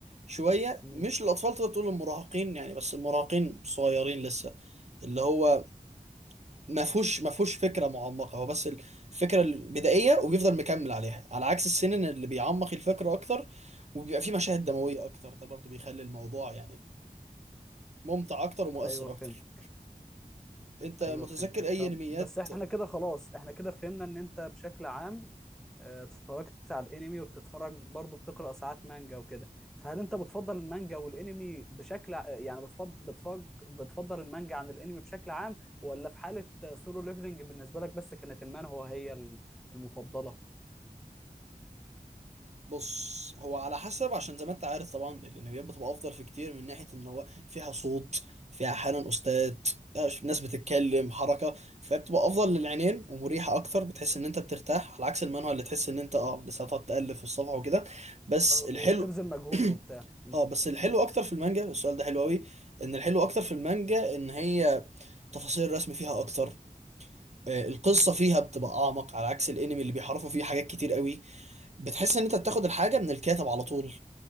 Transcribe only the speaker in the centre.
امم
ايوه فهمتك
ايوه فهمتك
طب
بس احنا كده خلاص احنا كده فهمنا ان انت بشكل عام آه، اتفرجت على الانمي وبتتفرج برضه بتقرا ساعات مانجا وكده فهل انت بتفضل المانجا والانمي بشكل ع- يعني بتفضل بتفضل بتفضل المانجا عن الانمي بشكل عام ولا في حالة سولو ليفلنج بالنسبة لك بس كانت المان هو هي ال- المفضلة
آه،
وبتبذل مجهود وبتاع
امم
امم